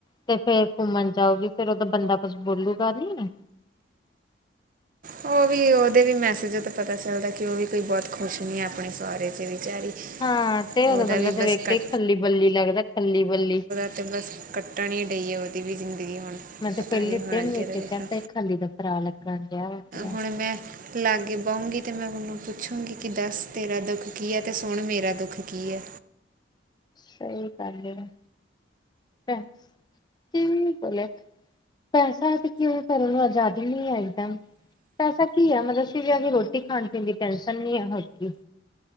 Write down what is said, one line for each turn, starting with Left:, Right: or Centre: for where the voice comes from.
Left: ਤੇ ਫਿਰ ਘੁੰਮਣ ਜਾਊਗੀ ਫਿਰ ਉਹਦਾ ਬੰਦਾ ਕੁੱਛ ਬੋਲੂਗਾ ਨੀ।
Right: ਉਹ ਵੀ ਉਹਦੇ ਵੀ ਮੈਸੇਜ ਤੋ ਪਤਾ ਚੱਲਦਾ ਕਿ ਉਹ ਵੀ ਕੋਈ ਬਹੁਤ ਖੁਸ਼ ਨੀ ਐ ਆਪਣੇ ਸਹੁਰੇ 'ਚ ਵਿਚਾਰੀ।
Left: ਹਾਂ ਤੇ
Right: ਉਹਦਾ
Left: ਉਦੋਂ ਬੰਦਾ
Right: ਵੀ
Left: ਤੇ
Right: ਬਸ
Left: ਵੇਖ
Right: ਕੱਟ
Left: ਕੇ ਖੱਲੀ ਬੱਲੀ ਲੱਗਦਾ ਖੱਲੀ ਬੱਲੀ।
Right: ਅਤੇ ਬਸ ਕੱਟਣ ਈ ਡਈ ਏ ਉਹਦੀ ਵੀ ਜ਼ਿੰਦਗੀ ਹੁਣ।
Left: ਮੈਂ ਤੇ
Right: ਪਤਾ
Left: ਪਹਿਲੇ
Right: ਨਹੀਂ ਹੁਣ
Left: ਦਿਨ
Right: ਅੱਗੇ
Left: ਵੇਖ
Right: ਦਾ ਦੇਖਾਂ
Left: ਕਹਿ ਤਾ ਏ ਖੱਲੀ ਦਾ ਭਰਾ ਲੱਗਣ ਡਿਆ। ਪੂਰਾ
Right: ਹੁਣ ਮੈਂ ਲਾਗੇ ਬਉਗੀ ਤੇ ਮੈਂ ਉਹਨੂੰ ਪੁੱਛੂਗੀ ਕਿ ਦੱਸ ਤੇਰਾ ਦੁੱਖ ਕੀ ਐ‌ ਤੇ ਸੁਣ ਮੇਰਾ ਦੁੱਖ ਕੀ ਐ।
Left: ਸਈ ਗੱਲ ਏ ਨਾ। ਕੀ ਬੋਲਿਆ, ਪੈਸਾ ਤੇ ਕਿਉ ਕਰਨ ਆ ਜ਼ਿਆ <unintelligible> ਪੈਸਾ ਕੀ ਆ ਮਤਲਬ ਸੀ ਵੀ ਆ ਕੇ ਰੋਟੀ ਖਾਣ-ਪੀਣ ਦੀ ਟੈਨਸ਼ਨ ਨੀ ਆ ਹੋਰ ਕੀ।